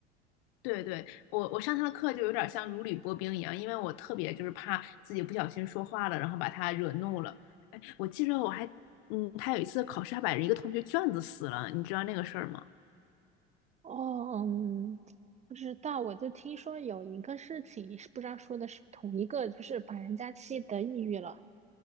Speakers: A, on the left; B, on the right.
A: 对对，我我上他的课就有点像如履薄冰一样，因为我特别就是怕自己不小心说话了，然后把他惹怒了。哎，我记着我还，嗯，他有一次考试还把人一个同学卷子撕了，你知道那个事儿吗？
B: 哦，嗯，不知道，我就听说有一个事情，是不知道说的是不是同一个，就是把人家气得抑郁了。